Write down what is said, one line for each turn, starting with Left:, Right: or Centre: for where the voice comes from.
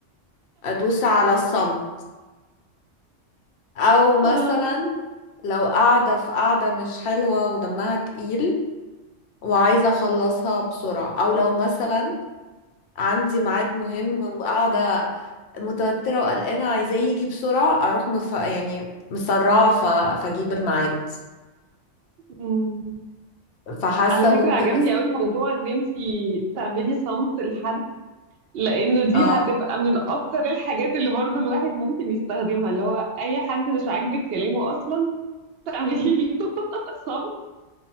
Left: ادوس على الصمت او مثلا
Right: اه
Left: لو قاعدة في قاعدة مش حلوة ودمها تقيل وعايزة اخلصها بسرعة او لو مثلا عندي ميعاد مهم وقاعدة متوترة وقلقانة عايزاه يجي بسرعة اروح مف... يعني مسرعة ف... فاجيب الميعاد
Right: مم.
Left: فحاسة
Right: على فكرة
Left: ممكن
Right: عجبني
Left: أست...
Right: قوي موضوع ان انتي تعملي صمت لحد لانه دي
Left: اه
Right: هتبقى من اكتر الحاجات اللي برضو الواحد ممكن يستخدمها اللي هو اي حد مش عاجبك كلامه اصلا تعملي له <laughs> صمت